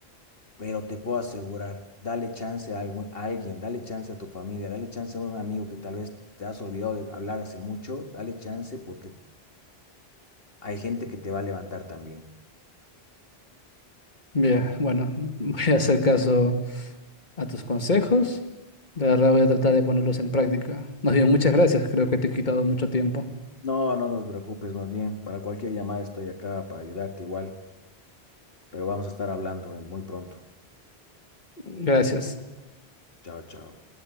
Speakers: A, on the left; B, on the left.
A: pero te puedo asegurar, dale chance a algún, a alguien, dale chance a tu familia, dale chance a un amigo que tal vez te has olvidado de hablar hace mucho, dale chance porque hay gente que te va a levantar también.
B: Bien, bueno, <laughs> voy a hacer caso a tus consejos. De verdad voy a tratar de ponerlos en práctica. Más bien, muchas gracias. Creo que te he quitado mucho tiempo.
A: No, no nos preocupes, más bien, para cualquier llamada estoy acá para ayudarte igual, pero vamos a estar hablando eh, muy pronto.
B: Gracias.
A: Chao, chao.